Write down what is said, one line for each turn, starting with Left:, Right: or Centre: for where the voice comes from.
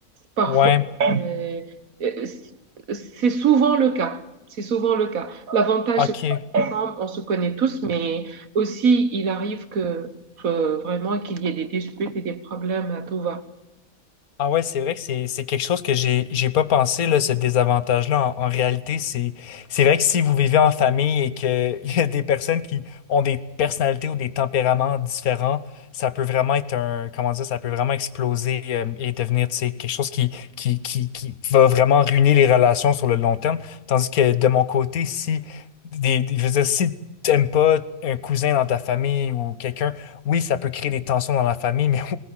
Right: Parfois,
Left: Ouais,
Right: euh, euh, c'est souvent le cas. C'est souvent le cas. L'avantage,
Left: ok.
Right: c'est qu'on on se connaît tous, mais aussi, il arrive que, que vraiment qu'il y ait des disputes et des problèmes à tout va.
Left: Ah ouais, c'est vrai que c'est c'est quelque chose que j'ai j'ai pas pensé là, ce désavantage-là. En, en réalité, c'est c'est vrai que si vous vivez en famille et que <laughs> il y a des personnes qui ont des personnalités ou des tempéraments différents, ça peut vraiment être un comment dire, ça peut vraiment exploser euh, et devenir tu sais, quelque chose qui qui qui qui va vraiment ruiner les relations sur le long terme. Tandis que de mon côté, si des, des- je veux dire si t'aimes pas un cousin dans ta famille ou quelqu'un, oui, ça peut créer des tensions dans la famille, mais <laughs>